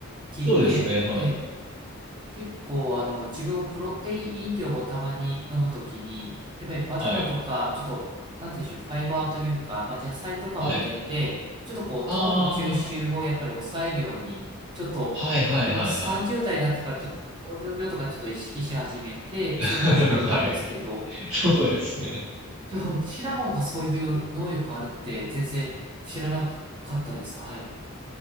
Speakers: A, on the right; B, on the right.
A: 聞いて、
B: そうですね、はい。
A: ええ、え結構、あの、自分もプロテイン飲料をたまに飲むときに、やっぱりバナナとか、
B: はい。
A: ちょっと、なんていうんでしょう、ファイバーというか、まあ、野菜とかも入れて、
B: はい。
A: ちょっとこう、
B: ああ、
A: 糖の吸収をやっぱり抑えるように、ちょっと、
B: はいはいはいはい。
A: この30代になってからちょっと糖尿病とかちょっと意識し始めて、
B: <laughs>
A: そういうの始めたんですけど、
B: はい。そうですね。
A: えちょ、シナモンがそういう能力あるって全然知らなかったです。はい。